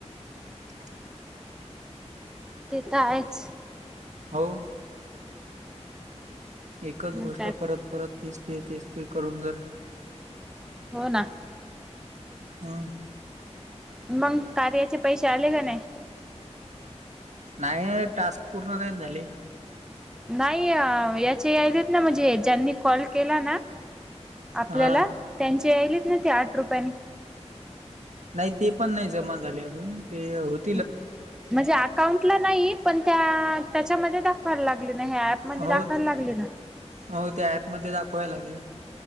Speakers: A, on the right; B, in the centre.
A: तुम्हाला आहे काय. <unintelligible>
B: तेे तर आहेच
A: हो एकच
B: म्हणतात
A: गोष्ट परत परत ते तेच ते करून जर
B: हो ना
A: हम्
B: मग कार्याचे पैसे आले का नाही
A: नाही टास्क पूर्ण नाही झाले.
B: नाही याच्ये यालेत ना म्हणजे ज्यांनी कॉल केला. ना - आपल्याला
A: हा.
B: त्यांची यायलीत ना ते आठ रुपयानी
A: नाही ते पण नाही जमा झाले. अजून ते होत
B: म्हणजे अकाउंटला नाही. पण त्या त्याच्यामध्ये दाखव दाखवा लागले ना हे ॲप मध्ये
A: हो
B: दाखवायला लागले. ना <unintelligible>
A: हो त्या ॲप मध्ये दाखवायला लागले.